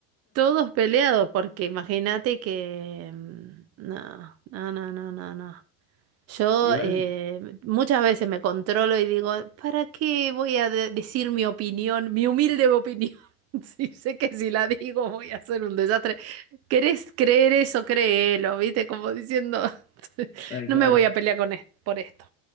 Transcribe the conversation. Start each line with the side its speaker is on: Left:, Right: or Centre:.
Right: Todos peleados, porque imagínate que... mm, No, no, no, no, no, no. Yo
Left: Igual,
Right: eh, muchas veces me controlo y digo, ¿para qué voy a de- decir mi opinión, mi humilde opinión? <laughs> Si sé que si la digo voy a hacer un desastre. ¿Querés creer eso? Créelo, ¿viste? Como diciendo, <laughs>
Left: tal
Right: no
Left: cual.
Right: me voy a pelear con es- por esto.